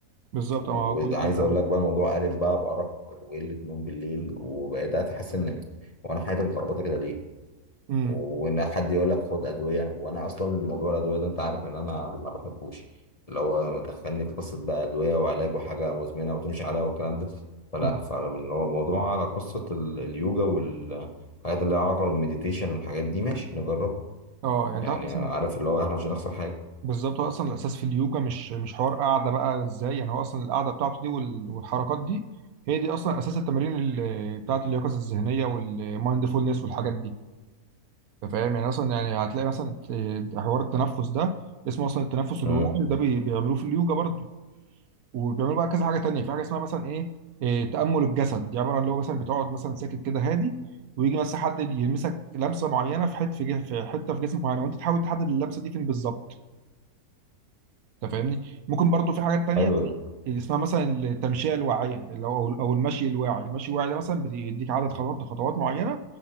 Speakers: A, on the right; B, on the left.
A: بالظبط
B: وعايز
A: اه كل ده
B: اقول لك بقى الموضوع قلب بقى بارق وقله نوم بالليل وبقيت احس ان وانا حياتي متلخبطه كده ليه
A: امم
B: وان حد يقول لك خد ادويه وانا اصلا موضوع الادويه ده انت عارف ان انا ما بحبوش اللي هو دخلني في قصه بقى ادويه وعلاج وحاجه مزمنه وتمشي عليها والكلام ده فلا
A: أمم.
B: فاللي هو الموضوع على قصه ال- اليوجا والحاجات اللي لها علاقه بالمديتيشن والحاجات دي ماشي نجربها
A: اه يعني
B: يعني
A: انت عارف بس
B: عارف اللي هو احنا مش هنخسر حاجه
A: بالظبط هو اصلا الاساس في اليوجا مش مش حوار قاعده بقى ازاي يعني هو اصلا القاعده بتاعته دي وال- والحركات دي هي دي اصلا اساس التمارين ال- بتاعه اليقظه الذهنيه والمايندفولنس والحاجات دي انت فاهم يعني اصلا يعني هتلاقي مثلا آه، حوار التنفس ده اسمه اصلا التنفس الواعي
B: امم
A: ده بي- بيعملوه في اليوجا برضه وبيعملوا بقى كذا حاجه تانية في حاجه اسمها مثلا ايه آه، تامل الجسد دي عباره عن اللي هو مثلا بتقعد مثلا ساكت كده هادي ويجي مثلا حد يلمسك لمسه معينه في حته في جه- في حته في جسمك معينه وانت تحاول تحدد اللمسه دي فين بالظبط انت فاهمني ممكن برضو في حاجات تانية
B: حلو
A: زي
B: ده
A: اللي اسمها مثلا التمشية الواعية اللي هو او المشي الواعي المشي الواعي ده مثلا بيديك عدد خطوات خطوات معينة